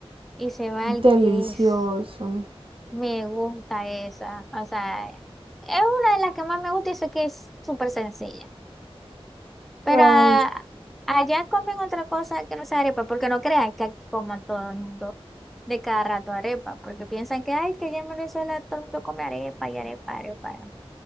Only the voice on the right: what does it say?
Delicioso.
Pero
es...